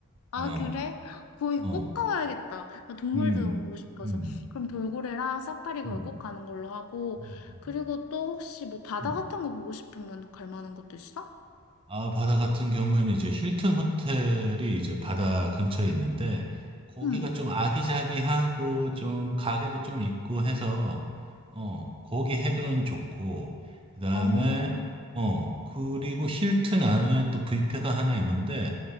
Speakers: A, on the left; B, on the right.
A: 아,
B: 어.
A: 그래? 거기
B: 어.
A: 꼭 가봐야겠다. 나 동물도
B: 음.
A: 너무 보고 싶어서.
B: 음.
A: 그럼 돌고래랑 사파리 걸
B: 음.
A: 꼭 가는 걸로 하고,
B: 음.
A: 그리고
B: 음.
A: 또 혹시 뭐 바다
B: 음.
A: 같은 거 보고 싶으면 갈 만한 것도 있어?
B: 아, 바다 같은 경우에는 이제 힐튼 호텔이 이제 바다 근처에 있는데, 거기가
A: 응.
B: 좀 아기자기하고 좀 가게도 좀 있고 해서, 어, 거기 해변 좋고, 그 다음에,
A: 어,
B: 어, 그리고 힐튼 안에 또 뷔페가 하나 있는데,